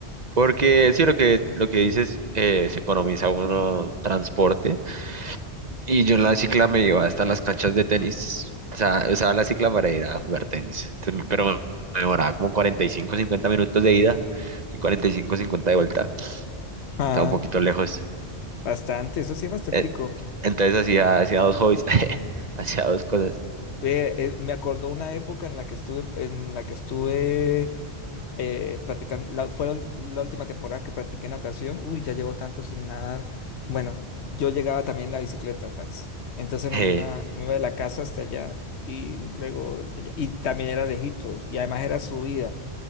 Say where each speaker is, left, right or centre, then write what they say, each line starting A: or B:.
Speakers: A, on the right; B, on the left.
A: Porque
B: Ok.
A: sí, lo que, lo que dices, eh, se economiza uno transporte. Y yo en la cicla me iba hasta las canchas de tenis. O sea, usaba la cicla para ir a jugar tenis. Entonces, pero me me demoraba como 45, 50 minutos de ida y 45, 50 de vuelta.
B: Ah.
A: Estaba un poquito lejos.
B: Bastante, eso sí es bastantico.
A: Eh, Entonces hacía, hacía dos hobbies, <laughs> hacía dos cosas.
B: Eh, eh, me acordó una época en la que estuve, en la que estuve eh, practicando, la- fue la, ul- la última temporada que practiqué natación. Uy, ya llevo tanto sin nadar. Bueno, yo llegaba también en la bicicleta, parce. Entonces
A: Eh,
B: me iba, me iba de la casa hasta allá y luego, de allá- y también era lejitos. Y además era subida,